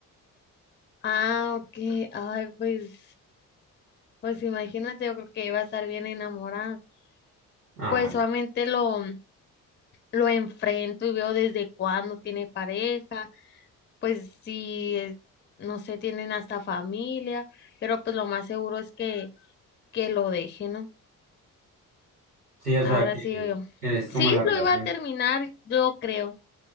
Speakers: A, on the left; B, on the right.
A: Ah, ok. Ay, pues, pues imagínate, yo creo que iba a estar bien enamorada.
B: Ajá.
A: Pues solamente lo, lo enfrento y veo desde cuándo tiene pareja, pues si, es- no sé, tienen hasta familia, pero pues lo más seguro es que, que lo deje, ¿no?
B: Sí, o
A: Ahora
B: sea, que,
A: sí yo.
B: que es
A: Sí,
B: como la relación.
A: lo iba a terminar, yo creo.